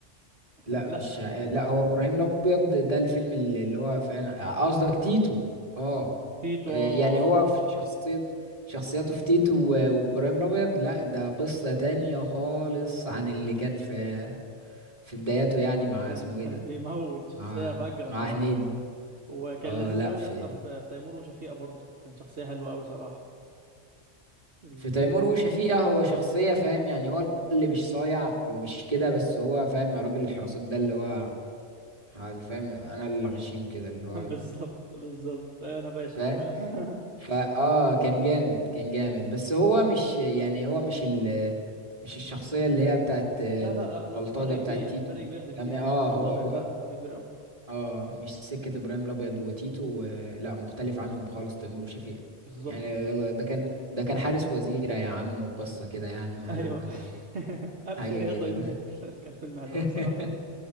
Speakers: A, on the right; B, on the right.
A: كان
B: لا
A: لا
B: مش لا هو ابراهيم الابيض ده الفيلم اللي اللي هو فعلا قصدك تيتو اه
A: تيتو
B: آه،
A: اه
B: يعني هو في شخصية شخصياته في تيتو و- وابراهيم الابيض لا ده قصة تانية خالص عن اللي كان في في بداياته يعني مع
A: كان
B: اسمه ايه
A: كان
B: ده
A: بيموت شخصيه
B: مع
A: فجره
B: مع
A: صراحه
B: هنيدي
A: وكان
B: اه
A: لذيذ
B: لا
A: قوي
B: في
A: يا اسطى في في تيمور وشفيقه برضه كان شخصيه حلوه قوي صراحه الفيلم
B: في تيمور وشفيقة هو شخصية فاهم يعني هو اللي مش صايع ومش كده بس هو فاهم راجل الحراسات ده اللي هو فاهم انا اللي غشيم كده
A: <laughs>
B: اللي هو
A: بالظبط بالظبط ايوه انا باشا
B: فاهم
A: <laughs>
B: فا اه كان جامد كان جامد بس هو مش يعني هو مش ال مش الشخصية اللي هي بتاعت البلطجة
A: لا لا لا لا فرق
B: بتاعت
A: كبير
B: تيتو
A: فرق كبير بين
B: يعني
A: تيتو
B: اه
A: وابراهيم
B: هو
A: الابيض
B: هو
A: لا فرق كبير قوي
B: اه مش سكة ابراهيم الابيض وتيتو آه لا مختلف عنهم خالص تيمور وشفيقة
A: بالظبط
B: يعني يلا ده كان ده كان حارس وزيرة يا عم وقصة كده يعني ما يعلم
A: ايوه
B: بالله الله
A: <laughs> ابشر
B: حاجة
A: يا تيمور
B: غريبة
A: <laughs> كان فيلم حلو
B: <laughs>
A: قوي صراحه